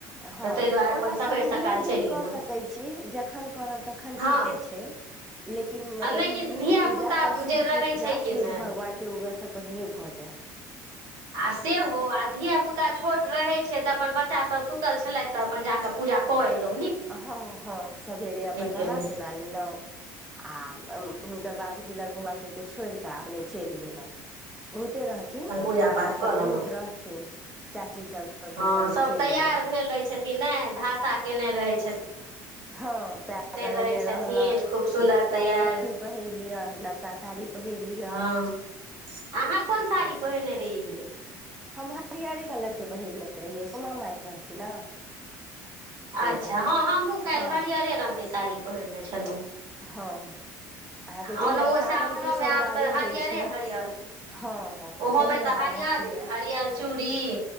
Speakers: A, in the centre; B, on the right (about 70°).
A: हँ
B: तऽ ताहि दुआरे अपन
A: ओना
B: सबेर
A: तऽ अहाँ
B: सकाल
A: भरि
B: चलि
A: दिन
B: गेलहुँ
A: कऽ सकैत छी जखन करब तखन
B: हँ
A: ठीके छै लेकिन
B: आ
A: मतलब
B: नहि कि
A: नीक
B: धियापुता
A: पूजा प्रसिद्ध
B: जे रहै
A: पूजा
B: छै कि
A: सूर्य
B: ने
A: भगवान के उगह सब पहिने भऽ जाय
B: आ सेहो आ धियापुता छोट रहैत छै तऽ अपन बच्चा सभ सुतल छलथि तऽ अपन जा कऽ पूछ जाक एलो
A: हँ हँ सवेरे अपन नहा
B: केलहुँ
A: सुना लेलहुँ आ हुनकर बाबूजी लग बौआ सभ के छोड़ि कऽ अपने चलि गेलहुँ बहुत े रहथिन
B: अपन पूजा
A: स्त्रागन
B: पाठ
A: बहुत
B: कऽ लेलहुँ
A: रहथिन चाची सभ सभके
B: हँ
A: सङ्गे
B: सभ
A: चलि
B: तैयार
A: गेलहुँ
B: भेल रहैत छथिन नहि धाषा केने रहैत
A: हँ पैर रंगने
B: रहै
A: रहलहुँ
B: छथिन खूब सुन्दर
A: नवका
B: तैयार
A: लहठी पहिर लिय आ नवका ओतका साड़ी पहिर लिअ
B: हँ अहाँ कोन साड़ी
A: आ
B: पहिने रहियै
A: हम हरियरे कलरके पहिरने रहियै सुमइ रहथिन ने ताहि
B: अच्छा
A: दुआरे
B: हँ हमहूँ काल्हि
A: हँ
B: हरियरे रङंगग के साड़ी पहिरने छलहुँ
A: हँ अहाँके
B: आ
A: जहिना
B: ओना
A: सावन
B: सावनो
A: के सोमवारी
B: में आब तऽ हरियरे
A: होइ छै
B: हरियर
A: हँ हँ
B: ओहोमे
A: तहिना
B: तऽ हरिअरे
A: अहाँके
B: हरिअर चूड़ी